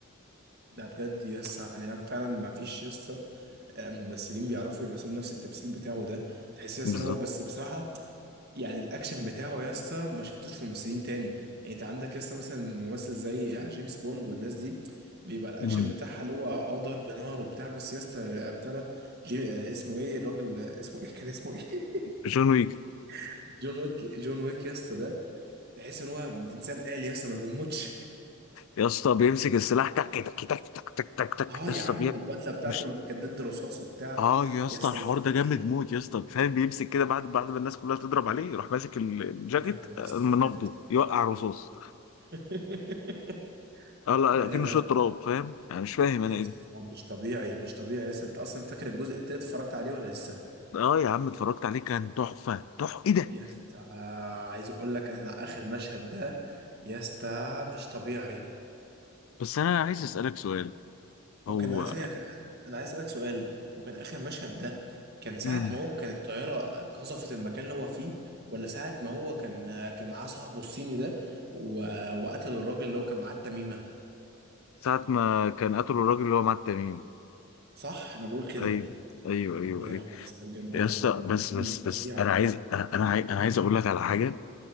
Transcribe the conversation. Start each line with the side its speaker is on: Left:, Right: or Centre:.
Right: لا بجد يس يعني أنا فعلا ما فيش يس آه، ممثلين بيعرفوا يمثلوا نفس التمثيل بتاعه ده تحس يا اسطى
Left: بالظبط
Right: ان هو بس بصراحه يعني الاكشن بتاعه يا اسطى ما شفتوش في ممثلين تاني يعني انت عندك يا اسطى مثلا ممثل زي جيمس بوند والناس دي بيبقى الاكشن
Left: مم.
Right: بتاعها اللي هو اه ضرب نار وبتاع بس يا اسطى ابتدى جي... آه، اسمه ايه الراجل آه، اسمه ايه <laughs> كان اسمه ايه
Left: جون ويك
Right: <laughs> جون ويك جون ويك يا اسطى ده تحس ان هو انسان آلي يا اسطى ما بيموتش
Left: يا اسطى بيمسك السلاح تك تك تك تك تك تك
Right: <laughs>
Left: تك
Right: اه
Left: يا
Right: يا
Left: اسطى
Right: عم
Left: بي...
Right: والبدله بتاعته
Left: مش
Right: اللي كانت ضد رصاص وبتاع
Left: اه يا اسطى
Right: يا اسطى
Left: الحوار
Right: مش طبيعيه
Left: ده جامد موت يا اسطى فاهم بيمسك كده بعد بعد ما الناس كلها تضرب عليه يروح ماسك ال- الجاكيت
Right: يا لهوي يا
Left: آه،
Right: اسطى
Left: منفضه
Right: بجد
Left: يوقع رصاص
Right: <laughs>
Left: اه لا
Right: لا لا
Left: كأنه شويه
Right: لا
Left: تراب فاهم يعني مش فاهم انا
Right: يس
Left: ايه
Right: هو مش طبيعي مش طبيعي يس انت اصلا فاكر الجزء التالت اتفرجت عليه ولا لسه
Left: ده اه يا عم اتفرجت عليه كان تحفه تحفه ايه ده
Right: يس آه، عايز اقول لك احنا اخر مشهد ده يس ده مش طبيعي
Left: بس انا عايز اسالك سؤال
Right: وكان
Left: هو
Right: آه، ثانية كان انا عايز اسالك سؤال وكان اخر مشهد ده كان ساعة
Left: امم
Right: ما هو كان الطيارة قذفت المكان اللي هو فيه ولا ساعة ما هو كان آه، كان معاه صاحبه الصيني ده و... وقتل الراجل اللي هو كان معاه التميمة
Left: ساعه ما كان قتلوا الراجل اللي هو مع التميم
Right: صح انا بقول كده
Left: ايوه ايوه ايوه
Right: يا
Left: ايوه
Right: لهوي يا اسطى بجد
Left: يا
Right: كان
Left: اسطى بس
Right: فيلم
Left: بس
Right: فظيع
Left: بس انا عايز انا انا عايز, أنا عايز اقول لك على حاجه